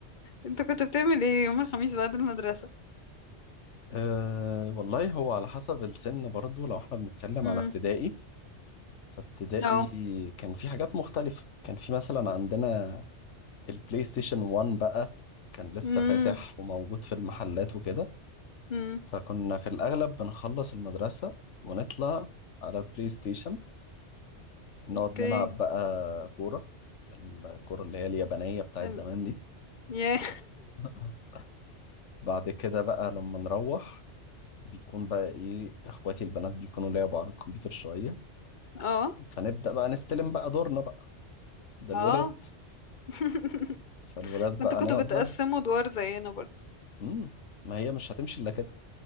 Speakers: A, on the left; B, on the left.
A: انت كنت بتعمل ايه يوم الخميس بعد المدرسة
B: أه والله هو على حسب السن برضو لو احنا بنتكلم
A: امم
B: على ابتدائي فابتدائي
A: اه
B: كان في حاجات مختلفة كان في مثلا عندنا البلاي ستيشن 1 بقى كان لسه
A: امم
B: فاتح وموجود في المحلات وكده
A: امم
B: فكنا في الأغلب بنخلص المدرسة ونطلع على البلاي ستيشن نقعد
A: اوكي
B: نلعب بقى كورة الكورة اللي هي اليابانية بتاعت
A: ال-
B: زمان دي
A: ياه
B: <laughs> بعد كده بقى لما نروح بيكون بقى ايه اخواتي البنات بيكونوا لعبوا على الكمبيوتر شوية
A: اه
B: فنبدأ بقى نستلم بقى دورنا بقى ده
A: اه
B: الولاد
A: <laughs>
B: فالولاد
A: ما
B: بقى
A: انتوا كنتوا
B: نقعد
A: بتقسموا
B: لها
A: ادوار زينا برضه
B: امم ما هي مش هتمشي إلا كده